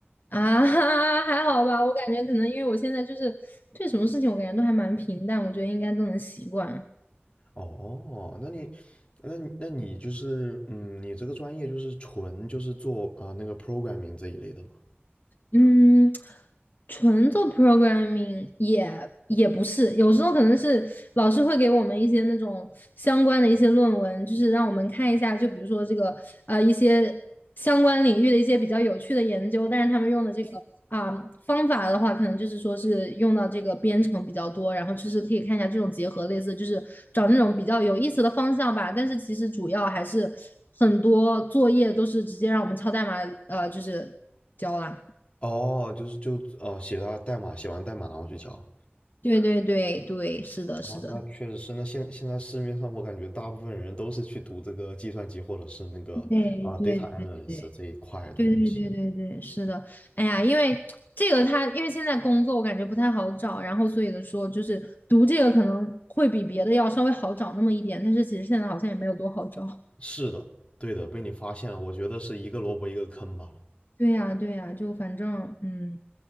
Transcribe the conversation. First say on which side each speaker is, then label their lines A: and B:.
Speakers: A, on the left; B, on the left.
A: 啊，<laughs> 还好吧，我感觉可能因为我现在就是对什么事情，我感觉都还蛮平淡，我觉得应该都能习惯。
B: 哦，那你，那你那你就是，嗯，你这个专业就是纯就是做啊、那个 programming 这一类的吗？
A: 嗯，纯做 programming 也也不是，有时候可能是老师会给我们一些那种相关的一些论文，就是让我们看一下，就比如说这个呃一些相关领域的一些比较有趣的研究，但是他们用的这个啊、方法的话，可能就是说是用到这个编程比较多，然后就是可以看一下这种结合，类似就是找那种比较有意思的方向吧。但是其实主要还是很多作业都是直接让我们敲代码，呃，就是交啦。
B: 哦，就是就呃写了代码，写完代码然后去交。
A: 对对对对，是的，
B: 那那确实是，
A: 是的，
B: 那现现在市面上我感觉大部分人都是去读这个计算机或者是那个啊、
A: 对对对对
B: data analyst 这一块的东西。
A: 对对对对对，是的。哎呀，因为这个他，因为现在工作我感觉不太好找，然后所以的说就是读这个可能会比别的要稍微好找那么一点，但是其实现在好像也没有多好找。
B: 是的，对的，被你发现了，我觉得是一个萝卜一个坑吧。
A: 对呀，对呀，就反正嗯，